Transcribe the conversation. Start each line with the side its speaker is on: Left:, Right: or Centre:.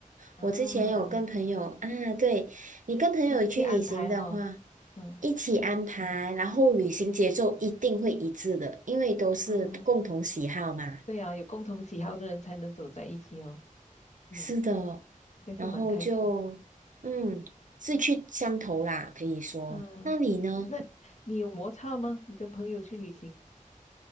Left: 啊
Right: 我之前有跟朋友啊，对，你跟朋友去旅行的话，
Left: 一起安排哈，嗯
Right: 一起安排，然后旅行节奏一定会一致的，因为都是共同喜好嘛。
Left: 啊。对啊，有共同喜好的人才能走在一起哦。嗯，
Right: 是的，
Left: 应该是蛮开心。
Right: 然后就嗯，志趣相投啦，可以说。
Left: 啊，
Right: 那你呢？
Left: 那你有摩擦吗？你跟朋友去旅行？